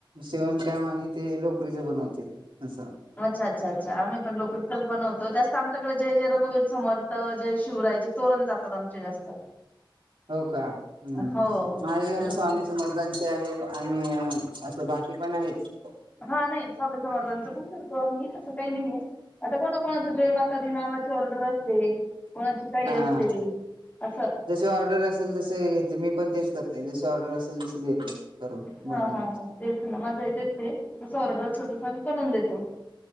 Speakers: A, on the right; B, on the left.
A: शिवण काम आणि ते लोकरीच बनवते. असं
B: अच्छा-अच्छा आम्ही पन लोकरीचच बनवतो. आमच्याकडे जय जय रघुवीर समर्थ, जय शिवरायचे तोरण जातात आमचे जास्त.
A: हो का? हूम्
B: हो
A: माझ्याकडे
B: आमच्याकडे
A: स्वामी
B: तो-
A: समर्थांचे आहेत आणि अ असं बाकी पण हायेत.
B: हा नाही, स्वामी समर्थांचं पण करतो आम्ही. असं काही नाहीेए, आता कोणा कोणाच जयमाता दि नावा ची ऑर्डर असते, कोणाची काही
A: हा
B: असते आस.
A: जशी ऑर्डर असेल तस घेते, मी पण तेच करते, जशी ऑर्डर असेल तस देते. करून
B: हा
A: बनवून
B: हा हा. तेच ना माझंही तेच ए, तस ऑर्डर असल तस आमी बनवून देतो.